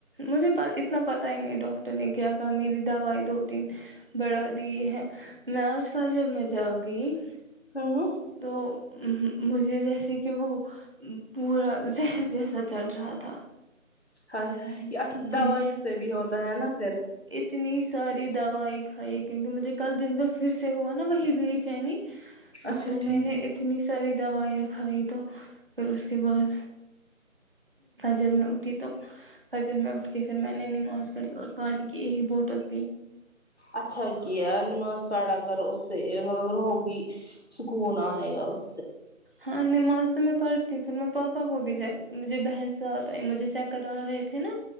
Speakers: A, on the right (about 40°); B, on the left (about 50°).
A: مجھے اتنا پتہ ہی نہیں ڈاکٹر نے کیا کہا میری دعائی دو تین بڑھا دی ہے میں اس واجب میں جاگ گئی
B: <unintelligible>
A: تو مجھے جیسے کہ وہ پورا زہر جیسا چل رہا تھا
B: ہائے ہائے
A: تو
B: دوائیوں سے بھی ہوتا ہے نا پھر
A: تیری ساری دوائی کھائی ہے کیونکہ مجھے کل دن بھر پھر سے ہوا نا وہیں چینی
B: اچھا
A: تو میں
B: ٹھیک
A: نے اتنی ساری دوائیں تو پھر اس کے بعد جب میں اٹھی تو دن میں اٹھ کے پھر میں نے نماز پڑھی اور ایک بوتل پانی پیا
B: اچھا یہ ہے نماز سااگر اس سے ہوگی سکون ائے گا <inaudible>
A: نمازوں میں پڑھتی ہوں پھر میں پاپا کو بھی جائے گا مجھے بہن سے ہوتا ہے مجھے چیک کرا رہے تھے نا